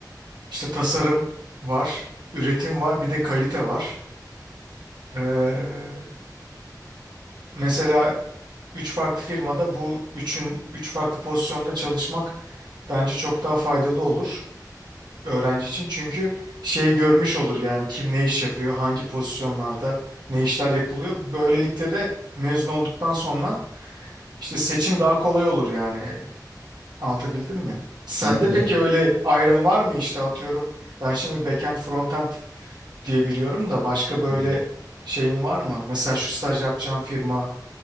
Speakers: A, on the right; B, on the right.
A: işte tasarım var, üretim var, bir de kalite var. Ee, mesela 3 farklı firmada bu üçün üç farklı pozisyonda çalışmak bence çok daha faydalı olur öğrenci için. Çünkü şey görmüş olur yani kim ne iş yapıyor, hangi pozisyonlarda ne işler yapılıyor. Böylelikle de mezun olduktan sonra işte seçim daha kolay olur yani. Anlatabildim mi? Sende
B: Evet
A: peki
B: evet.
A: öyle ayrım var mı işte atıyorum. Ben şimdi backend frontend diyebiliyorum da başka böyle
B: Hı hı.
A: şeyin var mı? Mesela şu staj yapacağın firma